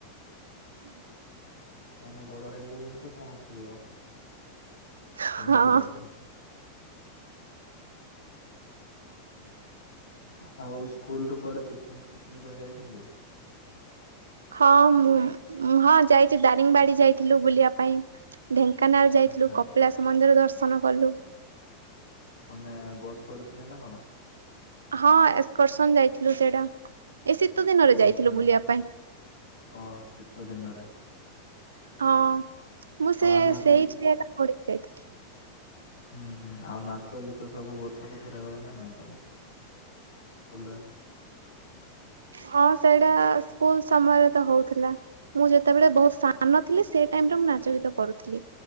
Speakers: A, on the right; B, on the left.
A: <inaudible>
B: ମାନେ ବଡ ହେଇଗଲେଣିି ତ କଣ ଖେଳିବ କେମିତି
A: ହଁ
B: ଯାଉଥିଲ <inaudible> ଆଉ ସ୍କୁଲ ରୁ କୁଆଡେ ପିକନିକ ଫିକନିକ ପାଇଁ ଯାଇଛନ୍ତି।
A: ହଁ ମୁଁ ହଁ ଯାଇଛି ଦାରିଙ୍ଗିବାଡି ଯାଇଥିଲୁ ବୁଲିବା ପାଇଁ। ଢେଙ୍କାନାଳ ଯାଇଥିଲୁ
B: ଆଚ୍ଛା
A: କପିଳାସ ମନ୍ଦିର ଦର୍ଶନ କଲୁ।
B: ମାନେ ବସ୍ କରିଥିଲେ ନା କଣ।
A: ହଁ ଏକ୍ସକର୍ସନ ଯାଇଥିଲୁ ସେଟା। ଏ ଶୀତ ଦିନରେ ଯାଇଥିଲୁ
B: ଆଚ୍ଛା
A: ବୁଲିବା ପାଇଁ।
B: ଓ ଶୀତ ଦିନରେ
A: ହଁ ମୁଁ
B: ଆଉ
A: ସେ
B: ଆନୁଆଲ
A: ସେଇଥିରେ ପଡ଼ିକି ଯାଇଥିଲି।
B: ହୁଁ ହୁଁ ଆଉ ନାଚ ଗୀତ ସବୁ ବର୍ଷକୁ ଥରେ ହୁଏ ନା ନାଇଁ ତମର। କଲେ।
A: ହଁ ସେଇଟା ସ୍କୁଲ ସମୟରେ ତ ହଉଥିଲା। ମୁଁ ଯେତେବେଳେ ବହୁତ ସାନ ଥିଲି ସେ ଟାଇମରେ ମୁଁ ନାଚ ଗୀତ କରୁଥିଲି